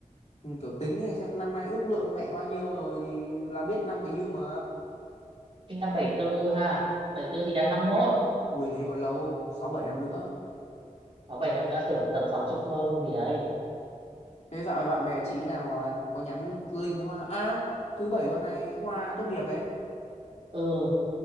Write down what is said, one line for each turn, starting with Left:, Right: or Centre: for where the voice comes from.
Left: Ừ, kiểu tính thì xem năm nay ước lượng mẹ bao nhiêu rồi thì là biết năm về hưu mà.
Right: sinh năm bảy tư ha bảy tư thì đang 51
Left: Ui thế còn lâu, 6 7 năm nữa.
Right: sáu bảy năm nữa tưởng tầm sáu chục hơn gì đấy
Left: Thế dạo này bạn bè chị nào rồi? Có nhắn link với Hoa. À, thứ bảy tuần này Hoa tốt nghiệp ấy.
Right: ừ